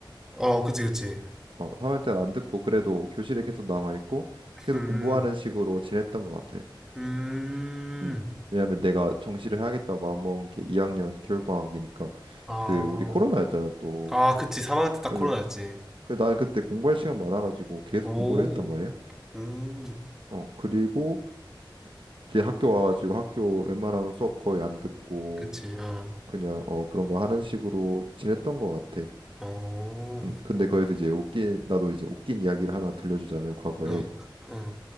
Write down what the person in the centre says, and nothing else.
어, 그치, 그치.
음,
음,
아,
아, 그치. 3학년 때 딱
코로나였지.
오,
음,
그치. 어,
어.
어, 어.